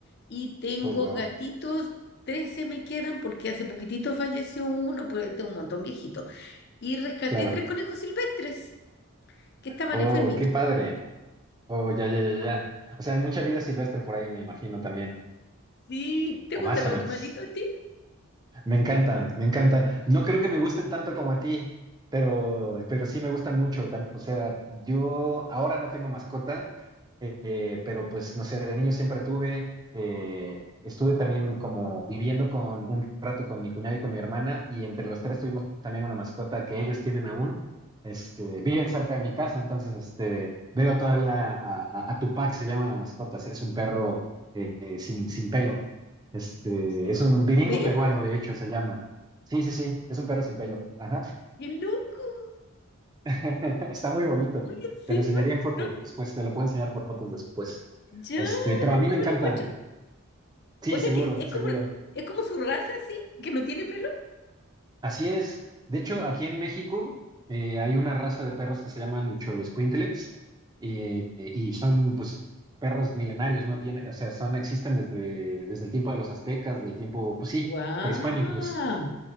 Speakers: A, on the left; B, on the right.
A: Y tengo
B: Oh, wow.
A: gatitos, 13 me quedan porque hace poquitito falleció uno, pero tengo un montón viejito. Y rescaté
B: Claro.
A: tres conejos silvestres que estaban
B: Oh,
A: enfermitos.
B: qué padre. Oh, ya, ya, ya, ya. O sea, hay mucha vida silvestre por ahí, me imagino también.
A: Sí, ¿te
B: O
A: gustan
B: más
A: los
B: o menos.
A: animalitos a ti?
B: Me encantan, me encantan. No creo que me gusten tanto como a ti, pero, pero sí me gustan mucho. tam- O sea, yo ahora no tengo mascota, eh, pero pues no sé, de niño siempre tuve. eh, estuve también como viviendo con un rato con mi cuñado y con mi hermana, y entre los tres tuvimos también una mascota que ellos tienen aún. Este, viven cerca de mi casa, entonces este, veo todavía a, a, a Tupac, se llama la mascota, o sea, es un perro eh, eh, sin, sin pelo. Este,
A: Sí,
B: es un viringo
A: pelo,
B: peruano, de hecho, se llama. Sí, sí, sí, es un perro sin pelo. Ajá.
A: qué loco.
B: <laughs> Está muy bonito.
A: uy ¿en serio?
B: Te lo enseñaría en fotos,
A: No,
B: pues te lo puedo enseñar por fotos después.
A: ya,
B: Este, pero
A: después
B: a mí me encantan.
A: me lo muestras.
B: Sí,
A: O sea
B: seguro,
A: que es
B: seguro.
A: como, es como su raza, sí, que no tiene pelo.
B: Así es. De hecho, aquí en México eh, hay una raza de perros que se llaman cholescuintles eh, y son, pues, perros milenarios, ¿no? Bien, o sea, son, existen desde, desde el tiempo de los aztecas, del tiempo, pues sí,
A: ¡Wow!
B: prehispánicos.